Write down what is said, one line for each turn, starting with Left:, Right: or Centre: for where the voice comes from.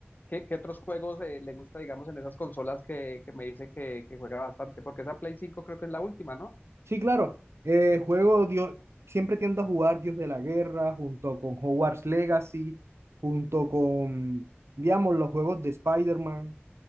Left: ¿Qué, qué otros juegos eh, le gusta, digamos, en esas consolas que, que me dice que, que juega bastante? Porque esa Play 5 creo que es la última, ¿no?
Right: Sí, claro. Eh, juego Dios, siempre tiendo a jugar Dios de la Guerra junto con Hogwarts Legacy, junto con, digamos, los juegos de Spider-Man,